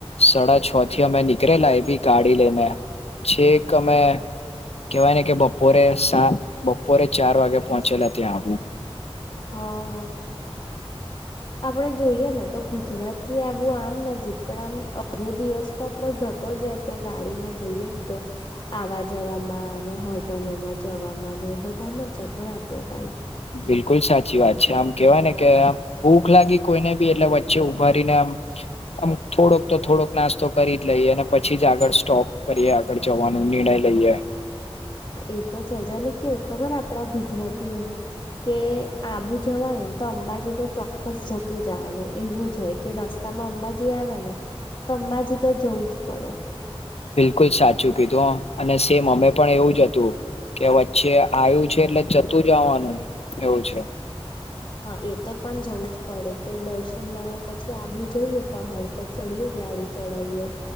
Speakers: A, on the left; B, on the left.
A: સાડા છ થી અમે નીકળેલા એ બી ગાડી લઈને છે, એક અમે કહેવાય ને કે બપોરે સા બપોરે ચાર વાગે પહોંચેલા ત્યાં આવું.
B: હા, આપડે જોઈએ ને તો ગુજરાત થી આવું આમ નજીક પણ આમ બધો દિવસ તો આપડો જતો જાય ત્યાં ગાડી માં જઈએ ને તો, આવવા જવામાં. હોટલોમાં જવાવામાં એ બધા માં જતો રહેે આપો ટાઈમ.
A: બિલકુલ સાચી વાત છે, આમ કેવાય ને કે આમ કેવાય ને કે ભૂખ લાગી કોઈને બી એટલે વચ્ચે ઉભારીને આમ આમ થોડોક તો થોડોક નાસ્તો કરી જ લઈએ અને પછી જ આગળ સ્ટોપ કરીએ. જવાનો નિર્ણય લઈએ.
B: એ તો છેજને કેવું ખબર આપડા ગુજરાતીઓનું. કે આબુ જવાનું ને તો અંબાજી તો ચોક્કસ જતું જવાનું એવું જ હોય કે રસ્ તમાં અંબાજી આવે ને, તો અંબાજી તો જવું જ પડે.
A: બિલકુલ સાચું કીધું અને સેમ અમે પણ એવું જ હતું. કે વચ્ચે આવ્યું છે એટલે જતું જવાનું એવું છે.
B: હા એ તો પણ જવું જ પડે કે દર્શન લયા પછી આવુ જઈએ પહાડપટ. ચડીએ ગાડી ચઢીએ.